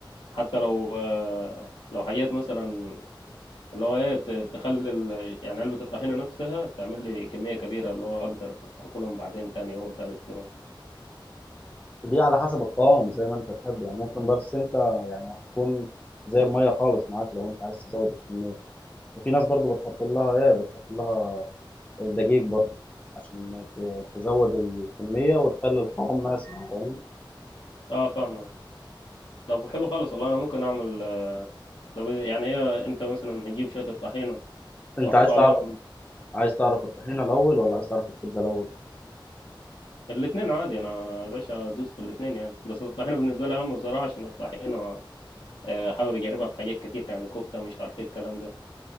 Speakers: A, on the left (about 75°); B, on the left (about 15°).
A: حتى لو آه، لو حاجات مثلا اللي هو إيه ت- تخلي ال- يعني علبة الطحينة نفسها تعمل لي كمية كبيرة اللي هو أقدر أكلهم بعدين تاني يوم تالت يوم
B: دي على حسب القوام زي ما انت تحب يعني ممكن بس انت يعني هتكون زي الميه خالص معاك لو انت عايز تزود الكميه وفي ناس برضو بتحط لها ايه بتحط لها دقيق برضو عشان ت- تزود الكمية وتخلي القوام ماسك فاهم
A: أه فاهمك طب حلو خالص والله أنا ممكن أعمل آه، طب يعني هي أنت مثلا هتجيب شوية الطحينة
B: انت
A: وأحط
B: عايز
A: عليهم
B: تعرف عايز تعرف الطحينة الاول ولا عايز تعرف الكبدة الاول
A: الاتنين عادي أنا يا باشا أدوس في الاتنين يعني بس الطحينة بالنسبة لي أهم بصراحة عشان الطحينة آه، حابب اجربها في حاجات كتير يعني كفته مش عارف ايه الكلام ده